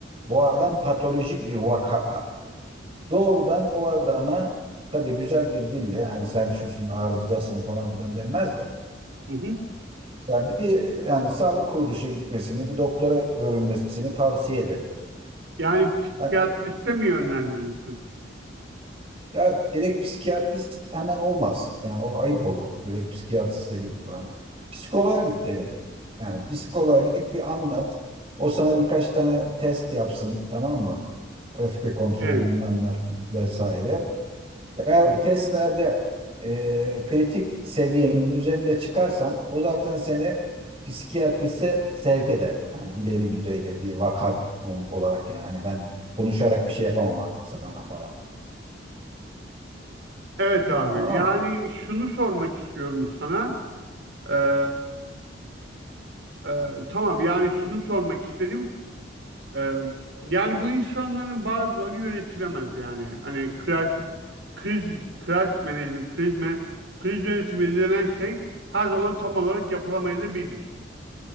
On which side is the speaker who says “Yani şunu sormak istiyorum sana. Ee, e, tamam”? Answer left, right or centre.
Right